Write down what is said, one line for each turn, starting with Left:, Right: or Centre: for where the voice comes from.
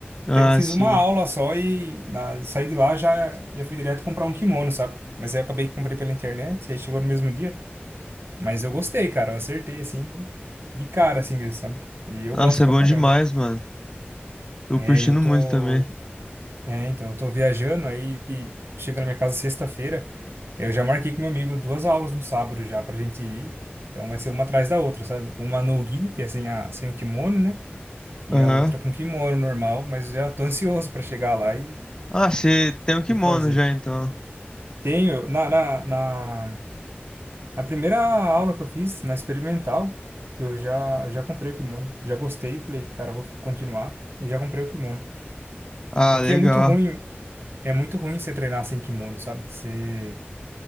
Left: Ah,
Right: Até que eu fiz
Left: sim.
Right: uma aula só e na, saí de lá já já fui direto comprar um kimono, sabe? Mas aí eu acabei que comprei pela internet, aí chegou no mesmo dia, mas eu gostei, cara, eu acertei assim de cara assim mesmo, sabe? E eu
Left: Nossa,
Right: gosto
Left: é
Right: pra
Left: bom
Right: caramba.
Left: demais, mano. Tô
Right: É,
Left: curtindo
Right: e eu tô,
Left: muito também.
Right: é, então eu tô viajando aí e chega na minha casa sexta-feira Eu já marquei com meu amigo duas aulas no sábado já pra gente ir. Então vai ser uma atrás da outra, sabe? Uma no gi, que é sem a, sem o kimono, né? E
Left: Aham.
Right: a outra com kimono normal, mas já tô ansioso pra chegar lá e,
Left: Ah, você tem o kimono
Right: e fazer.
Left: já, então.
Right: Tenho, na, na, na, na primeira aula que eu fiz, na experimental, eu já, eu já comprei o kimono. Já gostei, falei, cara, vou continuar. E já comprei o kimono.
Left: Ah,
Right: Porque
Left: legal.
Right: é muito ruim, é muito ruim você treinar sem kimono, sabe? Você,